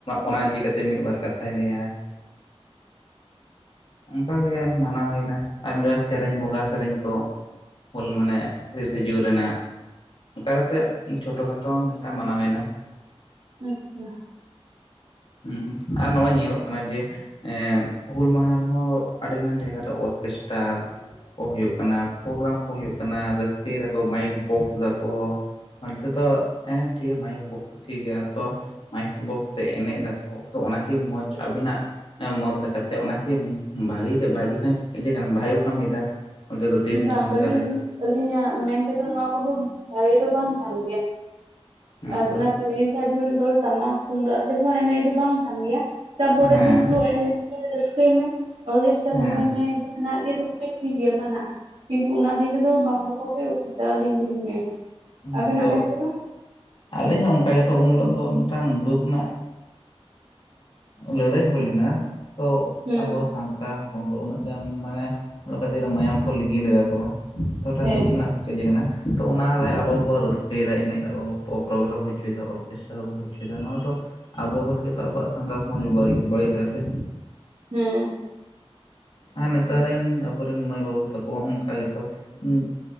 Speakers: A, on the left; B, on the right.
A: ᱚᱱᱟ ᱤᱫᱤ ᱠᱟᱛᱮᱫ ᱢᱤᱫ ᱵᱟᱨ ᱠᱟᱛᱷᱟᱭ ᱞᱟᱹᱭᱟ᱾ ᱚᱱᱠᱟᱜᱮ ᱢᱟᱱᱟᱣ ᱦᱩᱭᱱᱟ ᱟᱨ ᱢᱤᱫ ᱥᱮᱨᱮᱧ ᱵᱚᱸᱜᱟ ᱥᱮᱨᱮᱧ ᱠᱚ ᱦᱩᱞ ᱢᱟᱱᱮ ᱛᱤᱨᱤᱥᱮ ᱡᱩᱱ ᱨᱮᱱᱟᱜ ᱚᱱᱠᱟ ᱠᱟᱛᱮᱫ ᱪᱷᱳᱴᱳ ᱠᱷᱟᱴᱳ ᱢᱤᱫᱴᱟᱝ ᱢᱟᱱᱟᱣ ᱦᱩᱭ ᱮᱱᱟ᱾
B: ᱟᱪᱪᱷᱟ
A: ᱦᱩᱸ ᱟᱨ ᱱᱚᱜᱼᱚᱭ ᱧᱮᱞᱚᱜ ᱠᱟᱱᱟ ᱡᱮ ᱮᱸ ᱦᱩᱞ ᱢᱟᱦᱟ ᱨᱮᱦᱚᱸ ᱟᱹᱰᱤᱜᱟᱱ ᱡᱟᱭᱜᱟᱨ ᱨᱮ ᱚᱨᱠᱮᱥᱴᱟᱨ। ᱠᱚ ᱦᱩᱭᱩᱜ ᱠᱟᱱᱟ ᱯᱨᱳᱜᱨᱟᱢ ᱠᱚ ᱦᱩᱭᱩᱜ ᱠᱟᱱᱟ᱾ ᱨᱟᱹᱥᱠᱟᱹᱭ ᱫᱟᱠᱚ ᱢᱟᱭᱤᱠ ᱵᱚᱠᱥ ᱫᱟᱠᱚ। ᱚᱱᱛᱮ ᱫᱚ ᱮᱸ ᱴᱷᱤᱠ ᱜᱮᱭᱟ ᱢᱟᱭᱤᱠ ᱵᱚᱠᱥ ᱴᱷᱤᱠ ᱜᱮᱭᱟ ᱛᱚ ᱢᱟᱭᱤᱠ ᱵᱚᱠᱥ ᱛᱮ ᱮᱱᱮᱡ ᱫᱟ ᱚᱱᱟᱠᱤ ᱢᱚᱡᱽ ᱟᱹᱵᱤᱱᱟᱜ ᱢᱚᱛ ᱞᱮᱠᱟᱛᱮ ᱚᱱᱟᱠᱤ ᱵᱷᱟᱹᱜᱤ ᱵᱷᱟᱹᱜᱤ ᱠᱟᱹᱢᱤ ᱤᱡᱟᱹ ᱠᱟᱱᱟᱢ ᱵᱷᱟᱜᱮ ᱠᱚ ᱠᱟᱹᱢᱤᱭᱮᱫᱟ ᱚᱱᱛᱮ ᱫᱚ ᱛᱤᱨᱤᱥᱮ
B: ᱵᱟᱝ
A: ᱡᱩᱱ ᱞᱮᱠᱟ
B: ᱟᱹᱞᱤᱧ
A: ᱨᱮ?
B: ᱟᱹᱞᱤᱧᱟᱜ ᱢᱮᱱᱛᱮ ᱫᱚ ᱱᱚᱣᱟ ᱠᱚᱫᱚ ᱵᱷᱟᱜᱮ ᱫᱚ ᱵᱟᱝ ᱠᱟᱱ ᱜᱮᱭᱟ।
A: ᱦᱮᱸ
B: ᱟᱨ
A: ᱛᱚ
B: ᱚᱱᱟ ᱛᱤᱨᱤᱥᱟ ᱡᱩᱱ ᱨᱮᱫᱚ ᱴᱟᱢᱟᱠ ᱛᱩᱢᱫᱟᱜ ᱟ ᱛᱮᱦᱚᱸ ᱮᱱᱮᱡ ᱫᱚ ᱵᱟᱝ ᱼᱼ ᱠᱟᱱ ᱜᱮᱭᱟ ᱛᱟᱨᱯᱚᱨᱮᱨ
A: ᱦᱮᱸ
B: ᱫᱤᱱ ᱦᱤᱞᱚᱜ ᱮᱱᱮᱡ ᱢᱮ ᱨᱟᱹᱥᱠᱟᱹᱭ ᱢᱮ ᱚᱨᱠᱮᱥᱴᱟᱨ
A: ᱦᱮᱸ
B: ᱫᱚᱦᱚᱭ ᱢᱮ। ᱡᱟᱦᱱᱟᱜ ᱜᱮ ᱫᱚᱦᱚᱭ ᱢᱮ ᱴᱷᱤᱠ ᱜᱮᱭᱟ ᱢᱟᱱᱟ ᱠᱤᱱᱛᱩ ᱚᱱᱟ ᱫᱤᱱ ᱨᱮᱫᱚ ᱵᱟᱝ ᱫᱚᱦᱚ ᱜᱮ ᱩᱥᱤᱛᱟ ᱟᱹᱞᱤᱧ ᱫᱚᱞᱤᱧ ᱢᱮᱱᱟ।
A: ᱦᱮᱸ
B: ᱟᱵᱮᱱᱟᱜ
A: ᱛᱳ
B: ᱢᱮᱱ ᱛᱮᱫᱚ
A: ᱟᱹᱞᱤᱧ ᱦᱚᱸ ᱚᱱᱠᱟ ᱜᱮᱛᱚ ᱩᱱ ᱦᱤᱞᱚᱜ ᱫᱚ ᱢᱤᱫᱴᱟᱝ ᱫᱩᱠᱷ ᱨᱮᱱᱟᱜ ᱼᱼ ᱞᱟᱹᱲᱦᱟᱹᱭ ᱦᱩᱭ ᱞᱮᱱᱟ ᱛᱳ
B: ᱦᱩᱸ
A: ᱟᱵᱚ ᱥᱟᱱᱛᱟᱲ ᱦᱚᱯ <inaudible> ᱩᱱᱟᱹᱜ ᱜᱟᱱ ᱢᱟᱱᱮ ᱚᱱᱟ ᱠᱷᱛᱤᱨ ᱨᱮ ᱢᱟᱭᱟᱢ ᱠᱚ ᱞᱤᱸᱜᱤ ᱞᱮᱫᱟ ᱠᱚ᱾ ᱚᱛᱚᱴᱟ
B: ᱦᱮᱸ
A: ᱫᱩᱠᱷ ᱨᱮᱱᱟᱜ ᱼᱼ ᱡᱮ ᱠᱟᱱᱟ ᱛᱳ ᱚᱱᱟᱨᱮ ᱟᱵᱚᱵᱚ ᱨᱟᱹᱥᱠᱟᱹᱭᱮᱫᱟ ᱮᱱᱮᱡ ᱮᱫᱟᱵᱚ ᱯᱨᱳᱜᱨᱟᱢ ᱦᱩᱭ ᱦᱚᱪᱚᱭᱮᱫᱟ ᱵᱚ ᱠᱮᱥᱴᱟᱨ ᱵᱚ ᱦᱩᱭ ᱪᱚᱭᱮᱫᱟ ᱱᱚᱣᱟ ᱫᱚ ᱟᱵᱚ ᱟᱵᱚ ᱛᱮᱜᱮ ᱛᱳ ᱟᱵᱚᱣᱟᱜ ᱥᱟᱱᱛᱟᱲ ᱥᱚᱢᱟᱡᱽ ᱵᱚ ᱵᱟᱹᱲᱤᱡ ᱵᱟᱹᱲᱤᱡ ᱮᱫᱟ ᱥᱮ?
B: ᱦᱮᱸ
A: ᱟᱨ ᱱᱮᱛᱟᱨ ᱨᱮᱱ ᱟᱵᱚ ᱨᱮᱱ ᱢᱟᱹᱭ ᱵᱟᱹᱵᱩ ᱛᱟᱠᱚ ᱚᱱᱠᱟ ᱜᱮᱛᱚ ᱩᱸ ᱼᱼ